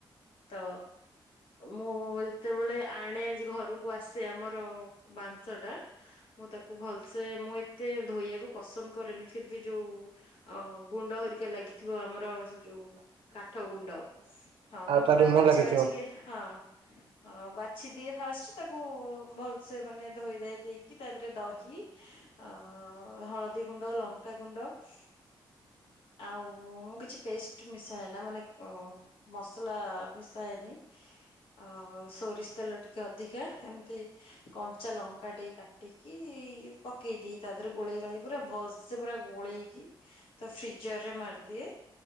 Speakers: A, on the left; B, on the right.
A: ତ ମୁଁ ଯେତେବେଳେ ଆଣେ ଘରକୁ ଆସେ ଆମର। ବାଞ୍ଚ ଟା ମୁଁ ତାକୁ ଭଲସେ ମୁଁ ଏତେ ଧୋଇବାକୁ ପସନ୍ଦ କରେନି ଫିର୍ବି ଯୋଉ ଅ ଗୁଣ୍ଡ ହରିକା ଲାଗିଥିବ ଆମର ସେ ଯୋଉ କାଠ ଗୁଣ୍ଡ ହଁ ତ
B: ଆଉ
A: ମୁ ତା
B: ରୁମ
A: ବାଛି
B: ଲାଗିଥିବ
A: ବାଛିକି ହଁ। ହଁ ବାଛି ଦିଏ ଫାଷ୍ଟ ତାକୁ ଭଲସେ ମାନେ ଧୋଇଦଏ ଦେଇକି ତା ଦେହରେ ଦହି ଆ ହଳଦୀ ଗୁଣ୍ଡ ଲଙ୍କା ଗୁଣ୍ଡ <unintelligible> ଆଉ ମୁଁ କିଛି ପେଷ୍ଟ ମିଶାଏ ନା ମାନେ ମସଲା ମିଶାଏନି ଅ ସୋରିଷ ତେଲ ଟିକେ ଅଧିକା ଏମିତି। କଞ୍ଚା ଲଙ୍କା ଟିକେ କାଟିକି ପକେଇଦିଏ ତା ଦେହରେ ଗୋଳେଇ ଗୋଳେଇ ପୁରା ଭଲସେ ପୁରା। ଗୋଳେଇକି ଫ୍ରିଜରରେ ମାରଦିଏ